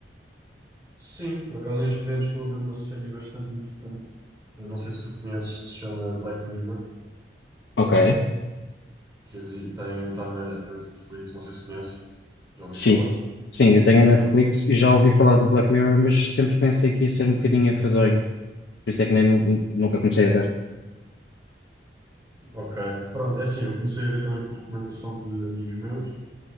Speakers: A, on the right; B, on the left.
A: Sim, por acaso neste momento estou a ver uma série bastante interessante. Eu não sei se tu conheces, que se chama Black Mirror,
B: Ok,
A: que exi- tem, está na na Netflix, não sei se conheces. Já ouviste
B: sim.
A: falar?
B: Sim, eu tenho a Netflix
A: Já?
B: e já ouvi falar do Black Mirror, mas sempre pensei que ia ser um bocadinho enfadonho, por isso é que nem, nunca comecei a ver.
A: Ok. Pronto, é assim, eu comecei a ver também por recomendação de amigos meus,